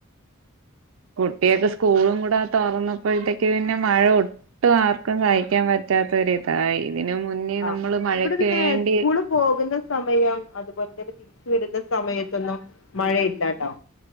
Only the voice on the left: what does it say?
ആഹ്
ആഹ്
ഇവിടെ പിന്നെ
സ്കൂള് പോകുന്ന സമയം അതുപോലെ തന്നെ തിരിച്ചു വരുന്ന സമയത്തൊന്നും മഴ ഇല്ലാട്ടോ